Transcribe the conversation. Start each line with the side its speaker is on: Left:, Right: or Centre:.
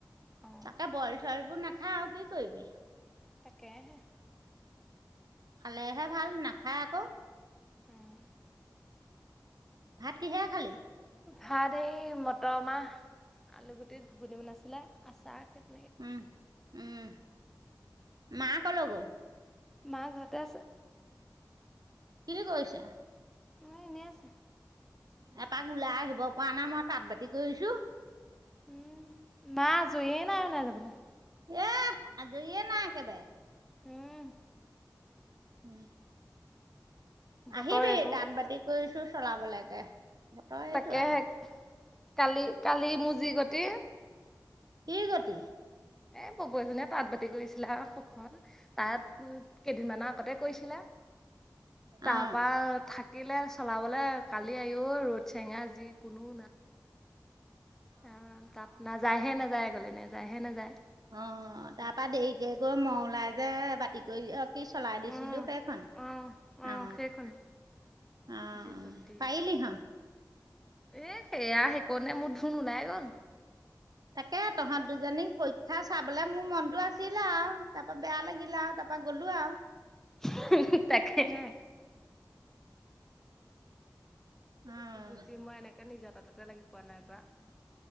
Centre: অঁ
Right: তাকে বইল চইল বোৰ নাখাৱ আৰু কি কৰিবি
Centre: তাকে হে
Right: খালেহে ভাল নাখায় আক
Centre: উম
Right: ভাত কিহেৰে খালি
Centre: ভাত হে মটৰ মাহ আলুগুটি ঘুগুনি বনাইছিলে আচাৰ হে
Right: উম উম মা কলৈ গ'ল
Centre: মা ঘতে আছে
Right: কি কৰিছে
Centre: মা এনেই আছে।
Right: এপাক ওলাই আহিব পৰা নাই মই তাঁত বাতি কৰিছো
Centre: উম নাই আজইয়ে নাই ওলাই যাবলে
Right: এহ আজৈয়ে নাই একেবায়ে
Centre: উম
Right: উম
Centre: বতৰ
Right: আহিবি
Centre: এইটো
Right: তাঁত বাতি কৰিছো চলাবলৈকে বতৰ
Centre: তাকেহে
Right: এইটো আউ
Centre: কালি কালি মু যি গতি
Right: কি গতি
Centre: এ বপৌ এজনীয়ে তাঁত বাতি কৰিছিলে আউ সুখন তাত কেইদিনমানৰ আগতে কৰিছিলে তাৰপা
Right: অ
Centre: থাকিলে চলাবলৈ কালি আইও ৰ'দ চেঙা যি কোনো নাই অ তাত নাযায়হে নাযায় আগলে নে যায়হে নেযায়
Right: অ তাৰপা দেৰিকে গৈ ম ওলাই যে বাতি কৰি এ কি চলাই দিছিলো
Centre: অঁ
Right: সেইখন
Centre: অঁ অঁ
Right: অ
Centre: সেইখনে
Right: অ
Centre: যি গতি
Right: পাইলি হ
Centre: এ সেয়া সেই কনে মোৰ ধুন ওলাই গল
Right: তাকে তহঁত দুজনীক পৰীক্ষা চাবলে মোৰ মনটো আছিল আও তাৰ পা বেয়া লাগিল আউ তাপ তাৰপা গ'লো আউ
Centre: হু হু তাকেহে
Right: অ নাই
Centre: কি গতি মই এনেকে নিজৰ তাততে লাগি পোৱা নাই বা